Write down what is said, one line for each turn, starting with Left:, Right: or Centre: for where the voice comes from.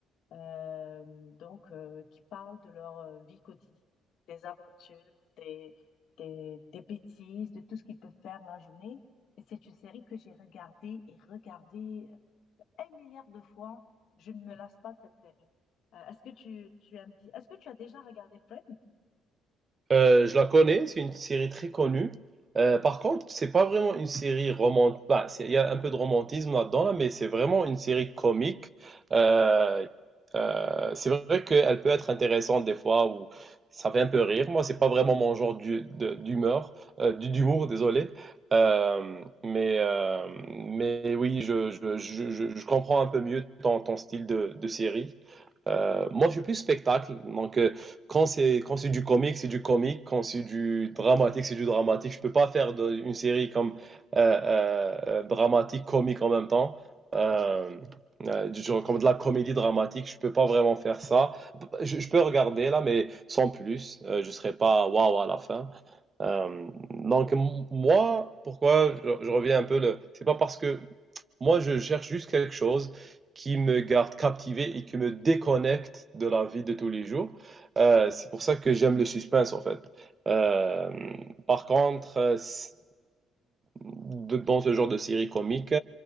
Left: euh, donc, euh, qui parlent de leur euh, vie quotidienne, des aventures, des, des, des bêtises, de tout ce qu'ils peuvent faire la journée. Et c'est une série que j'ai regardée et regardée un milliard de fois. Je ne me lasse pas de cette série. Euh, est-ce que tu, tu aimes bien? Est-ce que tu as déjà regardé Friends?
Right: Euh, je la connais, c'est une série très connue. Euh, par contre, c'est pas vraiment une série romantique. il y a un peu de romantisme là-dedans, là, mais c'est vraiment une série comique. Euh, euh, c'est vrai qu'elle peut être intéressante des fois où ça fait un peu rire. Moi, c'est pas vraiment mon genre du- de- d'humeur, euh, du- d'humour, désolé. Euh, mais, euh, mais oui, je, je, je, je- je comprends un peu mieux ton, ton style de, de série. Euh, moi, je suis plus spectacle. Donc, euh, quand c'est quand c'est du comique, c'est du comique. Quand c'est du dramatique, c'est du dramatique. Je peux pas faire de- une série comme euh, euh, euh, dramatique comique en même temps. Euh, euh, du genre comme de la comédie dramatique, je peux pas vraiment faire ça. Je, je peux regarder là, mais sans plus. Euh, je serai pas waouh à la fin. Euh, donc m- moi, pourquoi je, je reviens un peu le. C'est pas parce que moi, je cherche juste quelque chose qui me garde captivé et qui me déconnecte de la vie de tous les jours. Euh, c'est pour ça que j'aime le suspense, en fait. Euh, par contre, euh, c- de- dans ce genre de série comique,